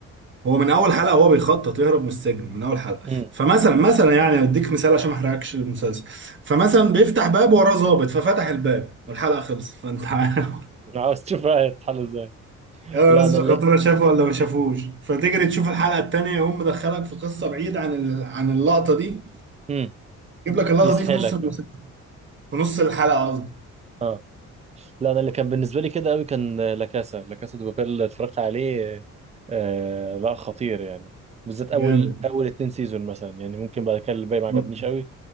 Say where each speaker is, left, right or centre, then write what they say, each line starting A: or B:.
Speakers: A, on the right; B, on the right.
A: هو من أول حلقة هو بيخطط يهرب من السجن من أول حلقة
B: مم.
A: فمثلا مثلا يعني أديك مثال عشان ما أحرقكش المسلسل فمثلا بيفتح باب وراه ظابط ففتح الباب والحلقة خلصت فأنت <laughs> عارف
B: عاوز تشوف بقى هيتحل ازاي
A: يا
B: لا
A: ناس
B: انا اللي
A: خطورة شافوا ولا ما شافوش فتجري تشوف الحلقة التانية يقوم مدخلك في قصة بعيدة عن ال... عن اللقطة دي
B: مم.
A: يجيب لك اللقطة
B: يسحلك
A: دي في نص المسلسل في نص الحلقة قصدي
B: اه لا انا اللي كان بالنسبه لي كده قوي كان لاكاسا لاكاسا دي بابيل اللي اتفرجت عليه آه لا خطير يعني بالذات اول
A: جامد
B: اول اتنين سيزون مثلا يعني ممكن بعد كده الباقي ما عجبنيش
A: والله.
B: قوي